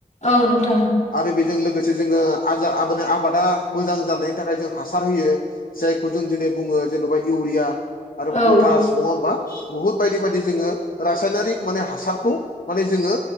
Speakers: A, on the left; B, on the left.
A: औ नोंथां?
B: आरो बेजों लोगोसे जोङो आबादा मोजां जानायनि थाखाय जों हासार होयो। जायखौ जों दिनै बुङो जेन'बा इउरिया। आरो
A: औ औ
B: पटास नङा होमबा बुहुत बायदि बायदि जोङो रासायनारिक माने हासारखौ माने जोङो